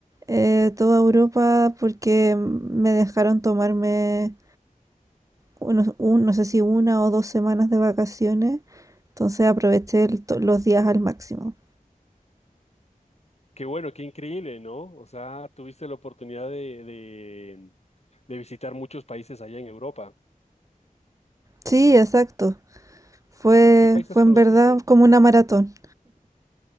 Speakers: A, on the right; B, on the left.
A: eh, toda Europa porque me dejaron tomarme unos, un, no sé si una o dos semanas de vacaciones, entonces aproveché el to- los días al máximo.
B: qué bueno, qué increíble, ¿no? O sea, tuviste la oportunidad de, de, de visitar muchos países allá en Europa.
A: Sí, exacto. Fue,
B: ¿Qué países
A: fue
B: conociste?
A: en verdad como una maratón.